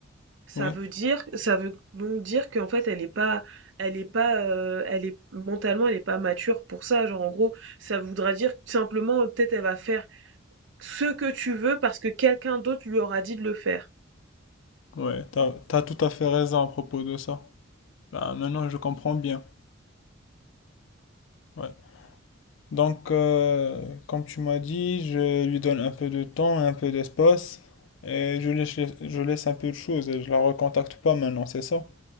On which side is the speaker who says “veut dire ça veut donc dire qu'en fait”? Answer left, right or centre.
Right